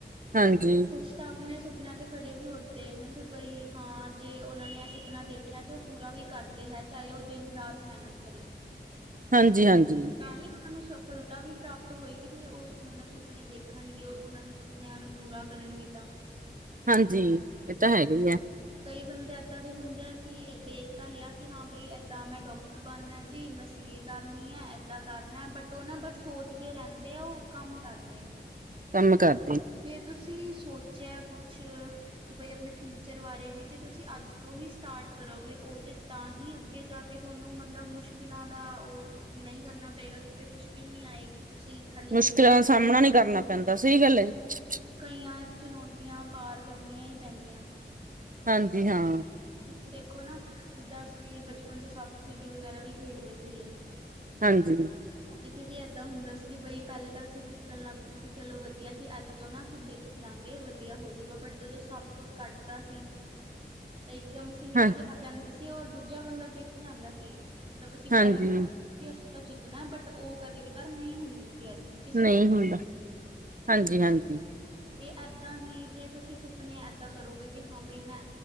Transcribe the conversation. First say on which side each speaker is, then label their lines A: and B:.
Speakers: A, on the right (about 50°); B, on the right (about 30°).
A: ਹਾਂਜੀ
B: ਕੁੱਛ ਤਾਂ ਆਪਣੇ ਸੁਪਨਿਆ ਤੇ ਖੜੇ ਵੀ ਉੱਠਦੇ ਨੇ ਵੀ ਬਈ ਹਾਂ ਜੇ ਉਹਨਾਂ ਨੇ ਇਹ ਸੁਪਨਾ ਦੇਖਿਆ ਤੇ ਉਹ ਪੂਰਾ ਵੀ ਕਰਦੇ ਹੈ ਚਾਹੇ ਉਹ ਦਿਨ ਰਾਤ ਮਿਹਨਤ ਕਰੀਏ
A: ਹਾਂਜੀ ਹਾਂਜੀ
B: ਤਾਂ ਹੀ ਉਹਨਾਂ ਨੂੰ ਸਫਲਤਾ ਵੀ ਪ੍ਰਾਪਤ ਹੋਏਗੀ ਜੇ ਉਹ ਮਤਲਬ ਸੁਪਨੇ ਦੇਖਣਗੇ ਉਹਨਾਂ ਨੂੰ ਆਪਣਿਆਂ ਨੂੰ ਪੂਰਾ ਕਰਨਗੇ ਤਾਂ
A: ਹਾਂਜੀ
B: ਹੁਣ
A: ਇਹ ਤਾਂ ਹੈਗੇ ਹੀ ਹੈ
B: ਕਈ ਬੰਦੇ ਏਦਾਂ ਦੇ ਹੁੰਦੇ ਆ ਕਿ ਦੇਖ ਤਾਂ ਲਿਆ ਕਿ ਹਾਂ ਬਈ ਇਦਾਂ ਮੈਂ ਡਾਕਟਰ ਬਣਨਾ ਜੀ ਮੈਂ ਸੀਏ ਕਰਨੀ ਹੈ ਏਦਾਂ ਕਰਨਾ ਬਟ ਉਹ ਨਾ ਬੱਸ ਸੋਚਦੇ ਰਹਿੰਦੇ ਆ ਉਹ ਕੰਮ ਕਰਦੇ ਨੀ
A: ਕੰਮ ਕਾਰ
B: ਜੇ ਤੁਸੀਂ ਸੋਚਿਆ ਕੁਛ ਕਿ ਬਈ ਆਪਣੇ ਫਿਊਚਰ ਬਾਰੇ ਵੀ ਜੇ ਤੁਸੀਂ ਅੱਜ ਤੋਂ ਹੀ ਸਟਾਰਟ ਕਰੋਗੇ ਉਹ ਚੀਜ਼ ਤਾਂ ਹੀ ਅੱਗੇ ਜਾ ਕਿ ਤੁਹਾਨੂੰ ਮਤਲਬ ਮੁਸ਼ਕਿਲਾਂ ਦਾ ਉਹ ਨਹੀਂ ਕਰਨਾ ਪਏਗਾ ਕਿ ਬਈ ਮੁਸ਼ਕਿਲ ਨਹੀਂ ਆਏਗੀ ਤੁਸੀਂ ਹਲੇ
A: ਮੁਸ਼ਕਿਲਾਂ
B: ਪ੍ਰੀਪੇਅਰ
A: ਦਾ
B: ਹੋ
A: ਸਾਹਮਣਾ
B: ਕੇ ਚੱਲੋਗੇ।
A: ਨੀ ਕਰਨਾ ਪੈਂਦਾ ਸਹੀ ਗੱਲ ਹੈ ਜੀ
B: ਕਈਆਂ ਚੁਣੌਤੀਆਂ ਪਾਰ ਕਰਨੀਆਂ ਹੀ ਪੈਂਦੀਆਂ
A: ਹਾਂਜੀ ਹਾਂ
B: ਤੁਸੀਂ ਦੇਖੋ ਨਾ ਜਿੱਦਾਂ ਅਸੀਂ ਬਚਪਨ ਚ ਸੱਪ ਸੀਡੀ ਵਗੈਰਾ ਵੀ ਖੇਡਦੇ ਸੀਗੇ
A: ਹਾਂਜੀ
B: ਉਹਦੇ ਵਿੱਚ ਵੀ ਇਦਾ ਹੁੰਦਾ ਸੀ ਕਿ ਬਈ ਪਹਿਲੇ ਤਾਂ ਅਸੀਂ ਜਿੱਤਣ ਲੱਗਦੇ ਸੀ ਚਲੋ ਵਧੀਆ ਕਿ ਅੱਜ ਤੋਂ ਨਾ ਅਸੀਂ ਜਿੱਤ ਜਾਂਗੇ ਵਧੀਆ ਹੋਜੂਗਾ ਬਟ ਜਦੋਂ ਸੱਪ ਕੱਟਦਾ ਸੀ ਤੇ ਇੱਕ ਦਮ ਅਸੀਂ ਨੀਚੇ
A: ਹਾਂ
B: ਆ ਜਾਂਦੇ ਸੀ ਔਰ ਦੂਜਾ ਬੰਦਾ ਜਿੱਤ ਜਾਂਦਾ ਸੀ ਮੱਤਲਬ ਅਸੀਂ
A: ਹਾਂਜੀ,
B: ਪਹਿਲੇ ਅਸੀਂ ਤਾਂ ਜਿੱਤਣਾ ਬਟ ਉਹ ਕਦੇ ਕਦਾਰ ਨਹੀਂ ਹੁੰਦੀ ਸੀ ਇਹ ਚੀਜ਼ ਕਿਸਮਤ
A: ਨਹੀਂ ਹੁੰਦਾ ਹਾਂਜੀ ਹਾਂਜੀ
B: ਤੇ ਇਦਾਂ ਹੀ ਜੇ ਤੁਸੀਂ ਸੁਪਨੇ ਇਦਾਂ ਕਰੋਗੇ ਕਿ ਹਾਂ ਬਾਈ ਮੈਂ